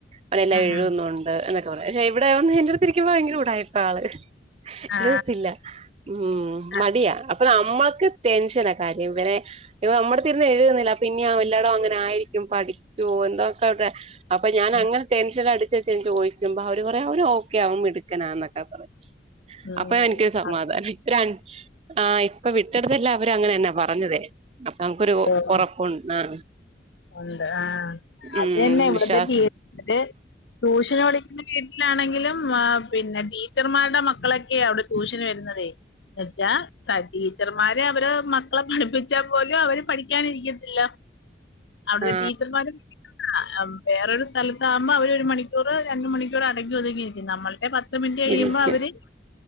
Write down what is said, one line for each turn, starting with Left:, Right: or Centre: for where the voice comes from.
Right: അവനെല്ലാം
Left: ഉം
Right: എഴുതുന്നുണ്ട്
Left: ഉം
Right: എന്നൊക്കെ പറയാ പക്ഷെ ഇവിടെ വന്ന് എന്റെടുത്തിരിക്കുമ്പോ ഭയങ്കര ഉടായിപ്പാള്.
Left: ആ
Right: എഴ്തത്തില്ല. ഉം
Left: ആ,
Right: മടിയാ അപ്പൊ നമ്മക്ക് ടെൻഷന കാര്യം ഇവനെ ഇവ നമ്മട്ത്തിരുന്ന് എഴുതുന്നില്ല പിന്നയാ എല്ലാടും അങ്ങനെ ആയിരിക്കും പഠിക്കുവോ എന്തോക്കെവിടെ അപ്പൊ ഞാനങ്ങനെ
Left: ഉം
Right: ടെൻഷൻ അടിചേച്ച്ചെന്ന് ചോയിക്കുമ്പോ അവര് പറയും അവര് ഓക്കെയാവും മിടുക്കനാന്നൊക്കെ പറീം
Left: ഉം,
Right: അപ്പൊ എനിക്ക് സമാധാനായി
Left: അത്,
Right: ഇപ്പ ര ആഹ് ഇപ്പൊ വിട്ടടെത്തെല്ലാം അവര് അങ്ങനെന്നാ പറഞ്ഞതേ. അപ്പൊ നമക്കൊരു
Left: ഓ
Right: ഒറപ്പു ആഹ്
Left: ഉണ്ട് ആഹ്
Right: ഉം
Left: അതന്നെ ഇവിടത്തെ
Right: വിശ്വാസം
Left: വീട്ട്ല് ട്യൂഷന് പഠിക്കുന്ന വീട്ടിലാണെങ്കിലും ആഹ് പിന്നെ ടീച്ചർമാരുടെ മക്കളെക്കെ അവിടെ ട്യൂഷന് വരുന്നതേ വെച്ചാ സാ ടീച്ചർമാര് അവര് മക്കളെ പഠിപ്പിച്ചാ പോലും അവര് പഠിക്കാനിരിക്കത്തില്ല അവിടുത്തെ
Right: ആ
Left: ടീച്ചർമാരും ആഹ് വേറൊരു സ്ഥലത്താകുമ്പോ അവര് ഒരു മണിക്കൂറ് രണ്ട് മണിക്കൂറ് അടങ്ങി ഒതുങ്ങിയിരിക്കും നമ്മൾടെ പ ത്ത് മിനിറ്റ് കഴിയുമ്പോ
Right: ഇരിക്കും
Left: അവര്